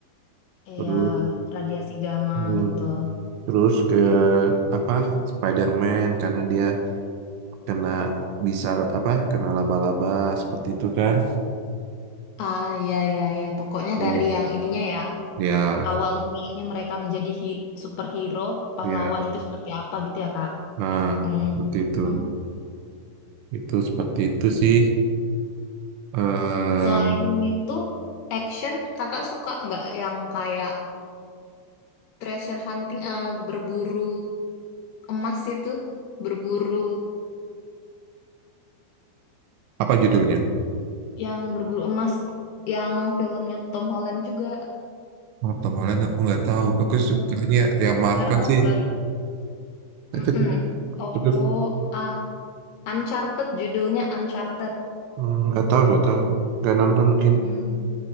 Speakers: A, on the left; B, on the right.
A: Iya,
B: terus
A: radiasi gamma
B: hmm,
A: betul.
B: terus ke apa Spider-Man karena dia kena bisa apa kena laba-laba seperti itu kan
A: Ah, iya iya iya Pokoknya
B: Hmm.
A: dari yang ininya ya,
B: Ya,
A: awal mulanya mereka menjadi hi- superhero, pahlawan
B: ya.
A: itu seperti apa gitu ya, Kak?
B: Nah,
A: Hmm.
B: seperti itu.
A: Hmm.
B: Itu seperti itu sih. Em,
A: Selain itu, action, Kakak suka nggak yang kayak treasure hunting, eh, berburu emas itu, berburu
B: apa judulnya?
A: yang berburu emas, yang filmnya Tom Holland juga,
B: Oh, kemarin aku nggak tahu. Aku
A: film
B: sukanya yang Marvel
A: karena
B: sih.
A: baru,
B: Tapi
A: Mm-mm. Oh,
B: tapi,
A: ah, Uncharted judulnya Uncharted.
B: hmm, nggak tahu, nggak tahu. Nggak nonton mungkin.
A: Hmm.